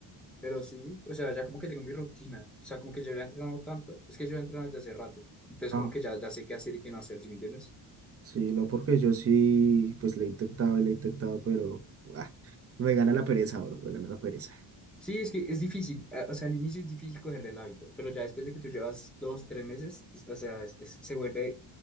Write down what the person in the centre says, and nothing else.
Pero sí, o sea, ya como que tengo mi rutina. O sea, como que yo ya he entrenado tanto. Es que yo he entrenado desde hace rato. Entonces,
como que ya, ya sé qué hacer y qué no hacer, ¿sí me entiendes?
Sí, es que es difícil. a- O sea, al inicio es difícil cogerle el hábito. Pero ya después de que tú llevas dos, tres meses, es- o sea, es- es- se vuelve,